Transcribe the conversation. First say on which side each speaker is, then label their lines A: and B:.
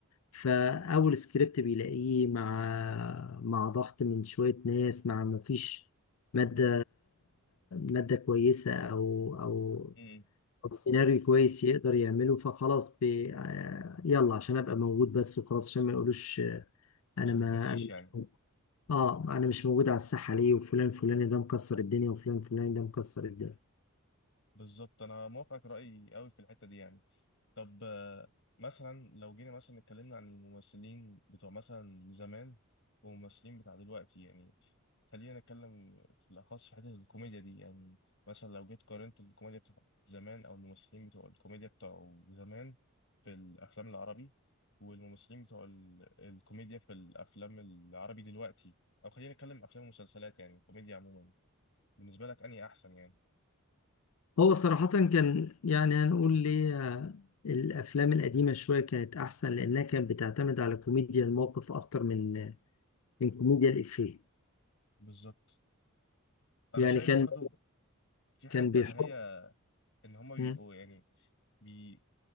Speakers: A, on the left (about 75°); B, on the left (about 60°).
A: فأول سكريبت بيلاقيه مع مع ضغط من شوية ناس مع مفيش مادة مادة كويسة أو أو
B: امم
A: أو سيناريو كويس يقدر يعمله فخلاص بي... آه، يلا عشان أبقى موجود بس وخلاص عشان ما يقولوش آه،
B: عشان
A: أنا ما
B: ما تنسيش
A: أنا مش
B: يعني
A: موجود. آه أنا مش موجود على الساحة ليه وفلان فلاني ده مكسر الدنيا وفلان فلاني ده مكسر الدنيا
B: بالظبط انا موافقك رايي قوي في الحته دي يعني طب آه، مثلا لو جينا مثلا اتكلمنا عن الممثلين بتوع مثلا زمان والممثلين بتاع دلوقتي يعني خلينا نتكلم في الأخص في حتة الكوميديا دي يعني مثلا لو جيت قارنت الكوميديا بتاعت زمان أو الممثلين بتوع الكوميديا بتوع زمان في الأفلام العربي والممثلين بتوع ال- الكوميديا في الأفلام العربي دلوقتي أو خلينا نتكلم أفلام ومسلسلات يعني الكوميديا عموما بالنسبة لك أنهي أحسن يعني
A: هو صراحة كان يعني هنقول ليه آه، الأفلام القديمة شوية كانت أحسن لأنها كانت بتعتمد على كوميديا الموقف أكتر من آه، من كوميديا الإفيه
B: بالظبط أنا
A: يعني
B: شايف
A: كان
B: برضو في حتة
A: كان بيحط
B: اللي هي إن هما بيبقوا
A: مم،
B: يعني بي